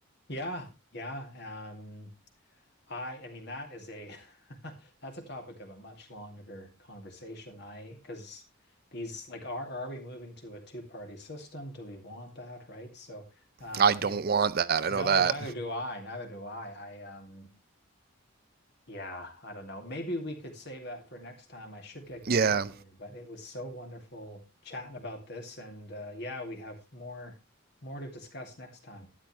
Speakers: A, on the left (about 55°); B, on the right (about 50°).
A: Yeah, yeah. Um, I I mean that is a <laughs> that's a topic of a much longer conversation. I because these like are are we moving to a two-party system? Do we want that, right? So uh
B: I don't
A: in
B: want that. I
A: no,
B: know that.
A: neither do I, neither do I. I um yeah, I don't know. Maybe we could save that for next time. I should get going
B: Yeah,
A: here, but it was so wonderful chatting about this and uh yeah, we have more more to discuss next time.